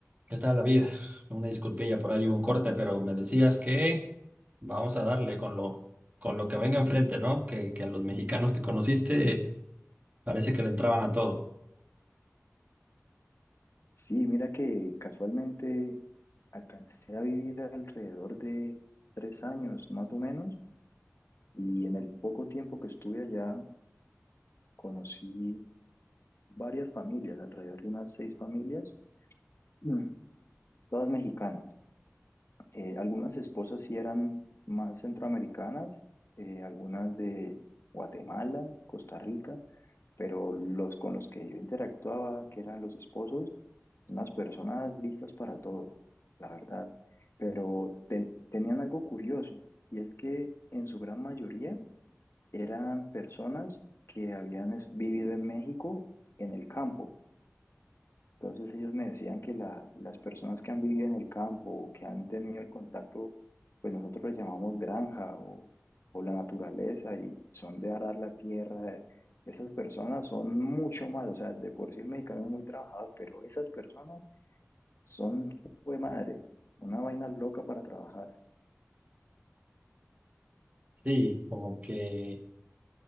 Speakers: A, on the right (about 30°); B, on the left (about 60°).
A: ¿Qué tal, David? Una disculpilla por ahí, hubo un corte, pero me decías que vamos a darle con lo, con lo que venga enfrente, ¿no? Que, que a los mexicanos que conociste parece que le entraban a todo.
B: Sí, mira que casualmente alcancé a vivir alrededor de tres años más o menos y en el poco tiempo que estuve allá conocí varias familias, alrededor de unas seis familias, Mm. todas mexicanas. Eh, algunas esposas sí eran más centroamericanas, eh, algunas de Guatemala, Costa Rica, pero los con los que yo interactuaba, que eran los esposos, unas personas listas para todo, la verdad. Pero te- tenían algo curioso, y es que en su gran mayoría eran personas que habían es- vivido en México en el campo. Entonces ellos me decían que la- las personas que han vivido en el campo o que han tenido el contacto, pues nosotros le llamamos granja o, o la naturaleza y son de arar la tierra. Esas personas son mucho más, o sea, de por sí el mexicano es muy trabajador, pero esas personas son, jue madre, una vaina loca para trabajar.
A: Sí, como que,